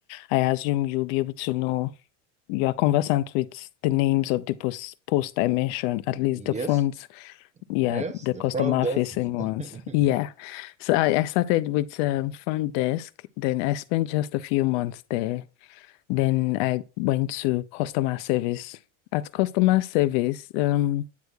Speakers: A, on the left (about 60°); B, on the right (about 20°).
A: I, I assume you'll be able to know you are conversant with the names of the post post I mentioned, at least
B: Yes,
A: the front, yeah,
B: yes,
A: the
B: the
A: customer
B: front desk.
A: facing
B: <laughs>
A: ones. Yeah. So I, I started with um, front desk, then I spent just a few months there. Then I went to customer service. At customer service, um,